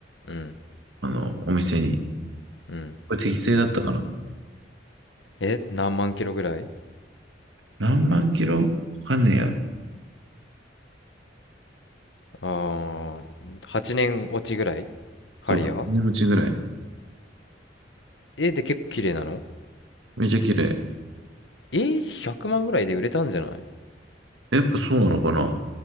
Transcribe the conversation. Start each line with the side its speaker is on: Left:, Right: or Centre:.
Left: うん
Right: あの、お店に。
Left: うん。
Right: これ適正だったかな
Left: え、何万キロぐらい
Right: 何万キロわかんねえや。
Left: あー、8年落ちぐらいハリアー
Right: そう、8年持ちぐらい。
Left: え、で結構綺麗なの
Right: めっちゃ綺麗。
Left: え、100万ぐらいで売れたんじゃない
Right: やっぱそうなのかな